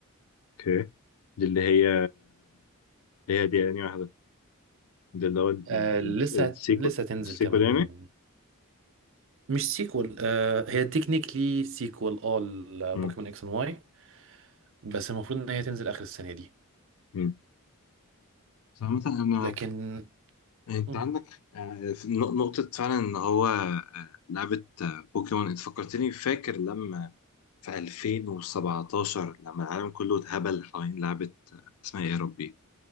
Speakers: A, on the left; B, on the right.
A: اوكي دي اللي هي اللي هي دي يعني واحده ده اللي هو ال-
B: آه لسه
A: ال- السيكو
B: لسه تنزل
A: السيكو
B: كمان
A: اليومي
B: مش سيكوال آه هي تكنيكلي سيكوال اه لبوكيمون
A: مم.
B: اكس اند واي بس المفروض ان هي تنزل اخر السنة دي
A: مم. فمثلا انا
B: لكن <laughs>
A: انت
B: مم.
A: عندك آه، في نق- نقطة فعلا ان هو آه، لعبة آه، بوكيمون انت فكرتني فاكر لما في 2017 لما العالم كله اتهبل حوالين لعبة آه، اسمها ايه يا ربي